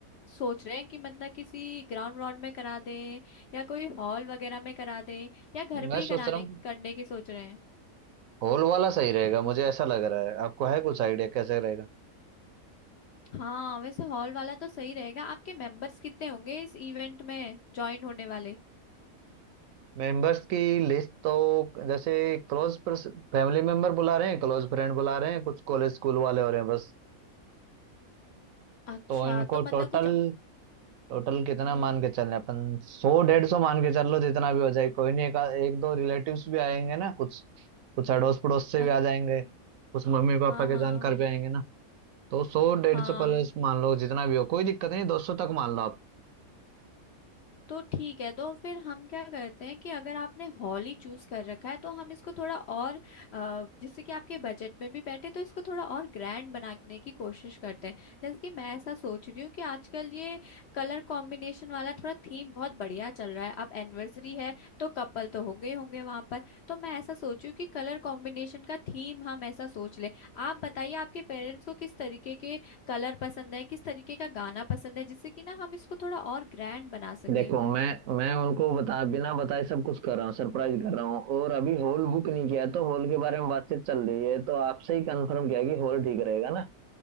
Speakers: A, on the left; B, on the right.
A: सोच रहे हैं कि मतलब किसी ग्राउंड व्राउंड में करा दें या कोई हॉल वगैरह में करा दें या घर
B: मैं
A: पे ही
B: सोच
A: कराने
B: रहा हूँ
A: करने की सोच रहे हैं
B: हॉल वाला सही रहेगा मुझे ऐसा लग रहा है आपको है कुछ आइडिया कैसे रहेगा
A: हाँ वैसे हॉल वाला तो सही रहेगा आपके मेंबर्स कितने होंगे इस इवेंट में ज्वाइन होने वाले
B: मेंबर्स की लिस्ट तो जैसे क्लोज फैमिली मेंबर बुला रहे हैं क्लोज फ्रेंड बुला रहे हैं कुछ कॉलेज स्कूल वाले हो रहे हैं बस
A: अच्छा
B: तो इनको
A: तो मतलब
B: टोटल
A: कुछ
B: टोटल कितना
A: हम्म
B: मान के चल रहे हैं? अपन सौ डेढ़ सौ मान के चल लो जितना भी हो जाए कोई नहीं एक, एक दो रिलेटिव्स भी आएंगे ना कुछ कुछ अड़ोस पड़ोस से भी
A: अच्छा
B: आ जाएंगे कुछ मम्मी पापा
A: हाँ
B: के
A: हाँ
B: जानकार भी आएंगे ना तो सौ डेढ़
A: हाँ
B: सौ प्लस मान लो जितना भी हो कोई दिक्कत नहीं दो सौ तक मान लो आप
A: तो ठीक है तो फिर हम क्या करते हैं कि अगर आपने हॉल ही चूज कर रखा है तो हम इसको थोड़ा और अ, जिससे कि आपके बजट में भी बैठे तो इसको थोड़ा और ग्रैंड बनाने की कोशिश करते हैं जैसे कि मैं ऐसा सोच रही हूँ कि आजकल ये कलर कॉम्बिनेशन वाला थोड़ा थीम बहुत बढ़िया चल रहा है अब एनिवर्सरी है तो कपल तो होंगे ही होंगे वहां पर तो मैं ऐसा सोच रही हूँ कि कलर कॉम्बिनेशन का थीम हम ऐसा सोच ले आप बताइए आपके पेरेंट्स को किस तरीके के कलर पसंद है किस तरीके का गाना पसंद है जिससे कि ना हम इसको थोड़ा और ग्रैंड बना सकें
B: देखो मैं मैं उनको बता बिना बताए सब कुछ कर रहा हूँ सरप्राइज कर रहा हूँ और अभी हॉल बुक नहीं किया है तो हॉल के बारे में बातचीत चल रही है तो आपसे ही कंफर्म किया कि हॉल ठीक रहेगा ना